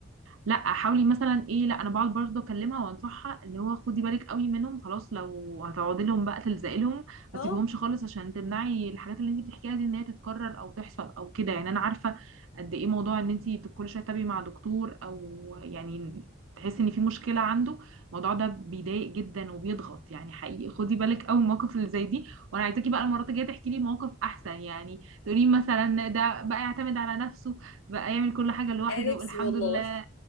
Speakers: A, on the right; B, on the left.
A: لا حاولي مثلا ايه لا انا بقعد برضه اكلمها وانصحها اللي هو خدي بالك قوي منهم خلاص لو هتقعدي لهم بقى تلزقي لهم ما
B: اه
A: تسيبيهمش خالص عشان تمنعي الحاجات اللي انت بتحكيها دي ان هي تتكرر او تحصل او كده يعني انا عارفه قد ايه موضوع ان انت كل شويه تتابعي مع دكتور او يعني تحسي ان في مشكله عنده الموضوع ده بيضايق جدا وبيضغط يعني حقيقي خدي بالك قوي من المواقف اللي زي دي وانا عايزاكي بقى المرات الجايه تحكي لي مواقف احسن يعني تقولي مثلا ده بقى يعتمد على نفسه بقى يعمل كل حاجه لوحده
B: انا نفسي
A: الحمد
B: والله
A: لله
B: <laughs>